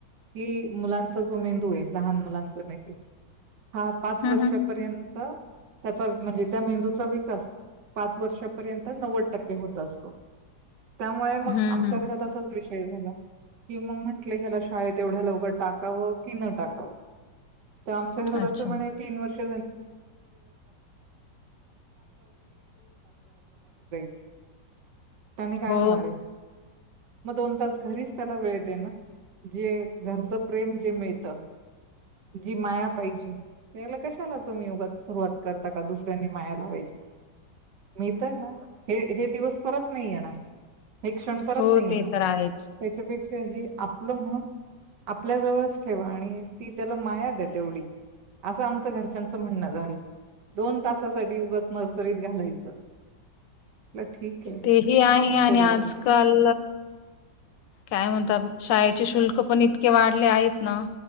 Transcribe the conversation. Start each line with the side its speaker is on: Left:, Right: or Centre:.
Right: की मुलांचा जो मेंदू आहे, लहान मुलांचा मेंदू हा पाच
Left: हं,
Right: वर्षापर्यंत
Left: हं.
Right: त्याचा म्हणजे त्या मेंदूचा विकास पाच वर्षापर्यंत नव्वद टक्के होत असतो. त्यामुळे मग
Left: हं,
Right: आमच्या
Left: हं.
Right: घरात अस विषय झाला कि म म्हट ह्याला शाळेत एवढ्या लवकर टाकावं की न टाकावं. आमच्या घरात
Left: अच्छा.
Right: असं म्हणे तीन वर्ष <unintelligible> त्यांनी काय
Left: हो,
Right: होणार आहे. मग दोन तास घरीच त्याला वेळ दे ना! जे घरच प्रेम जे मिळत जी माया पाहिजे त्याला कशालाव तुम्ही योगाच सुरुवात करता, का दुसऱ्यांनी माया लावायची मिळत ना! हे हे दिवस परत नाही येणार. हे कषण तरच
Left: हो
Right: नाही
Left: ते
Right: येणार.
Left: तर आहेच.
Right: त्याच्यापेक्षा हे आपलं म्हणून आपल्या जवळच ठेवा आणि ती त्याला माया द्या तेवढी असं आमचं घरच्यांचं म्हणणं झालं दोन तासासाठी उगच नर्सरीत घालायचं. ठीक आहे
Left: तेही आहे आणि
Right: करूया
Left: आजकाल.
Right: विचार.
Left: काय म्हणतात शाळेचे शुल्क पण इतके वाढले आहेत ना.